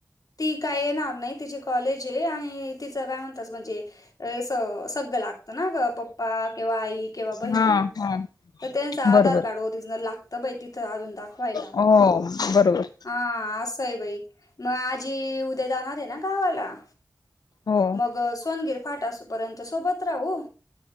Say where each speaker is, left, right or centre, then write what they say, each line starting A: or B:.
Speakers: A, on the left (about 65°); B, on the left (about 80°).
A: ती काय येणार नाही तिची कॉलेज आहे आणि तिचं काय म्हण म्हणजे सगळं लागत ना ग पप्पा किंवा आई किंवा बहीण
B: हा हा
A: तर त्यांच आधार
B: बरोबर
A: कार्ड ओरिजिनल लागतं बाई तिथं अजून दाखवायला
B: हो बरोबर
A: हा हां आहे बाई मग आज उद्या जाणार आहे ना गावाला
B: हो
A: मग सग टपर्यंत सोबत राहू